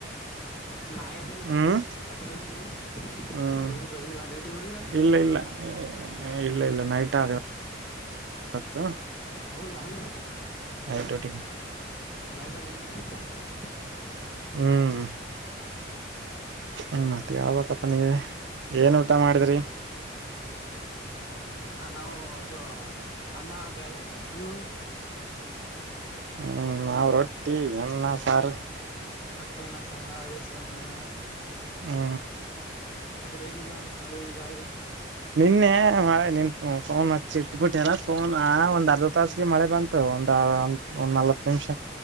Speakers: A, on the left; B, on the right.
A: <inaudible> ನಯ
B: ಹ್ಮ್
A: ಎಕಡೆ ಹೋಗಿಲ್ ರೀ
B: ಹ್ಮ್
A: ಎಕಡೆ <inaudible> ಹೋಗಲ್ರಿ ಹೋಗಿಲ್ಲ ಡ್ಯೂಟಿ ಹೋಗಿಲ್ಲಣ್ಣ
B: ಇಲ್ಲ ಇಲ್ಲ ಎ ಇಲ್ಲ ಇಲ್ಲ ನೈಟ್ ಆದ ಇವತ್ತು
A: ಹೌದಾ ಅಣ್ಣ
B: <unintelligible> ಆಯತ ಟ
A: ನೈಗಾಲಯಂಡ <unintelligible>
B: ಹ್ಮ್ ಹ್ಮ ಮತ್ತೆ ಹೇಳ್ಬೇಕಪ್ಪ ನೀವೆ ಏನ್ ಊಟ ಮಾಡಿದ್ರಿ
A: ಹ ನಾವು ಅದು ಅನ್ನ ಬೇಳೆ ನೀವು
B: ಹ್ಮ್ ನಾವ್ ರೊಟ್ಟಿ ಅನ್ನ ಸಾರು
A: ಮಟ್ಟೆನ <unintelligible> ಸಹ ನದೇಶಿಯ ಮುೊಂಡೋಣ
B: ಹ್ಮ
A: ಅಕಡೆ ಹೇಗಿದ ಮಳೆ ಈ ಗಾಳಿ
B: ನಿನ್ನೆ ಮಳೆ ನಿನ್ ಫೋನ್ ಹಚ್ಚಿಟ್ಬಿಟ್ಟೆನ ಫೋನ್ ಒಂದ್ ಅರ್ಧ ತಾಸಗೆ ಮಳೆ ಬಂತ ಒಂದ್ ಒಂದ ಒಂದ್ ನಲ್ವತ್ ನಿಮಿಷ